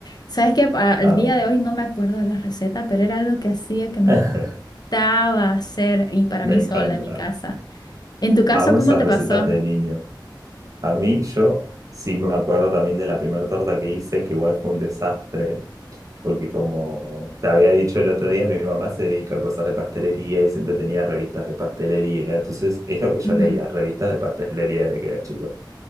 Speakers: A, on the left; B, on the right.
A: sabes que el
B: amo.
A: día de hoy no me acuerdo de la receta, pero era algo que hacía que me
B: <laughs>
A: encantaba hacer y para
B: Me
A: mí
B: encanta.
A: sola en mi casa. En tu caso,
B: Amo
A: ¿cómo
B: esas
A: te
B: recetas
A: pasó?
B: de niño. A mí, yo sí me acuerdo también de la primera torta que hice, que igual fue un desastre. Porque como te había dicho el otro día, mi mamá se dedica a cosas de pastelería y siempre tenía revistas de pastelería. Entonces es lo que yo
A: Ujú,
B: leía, revistas de pastelería desde que era chico.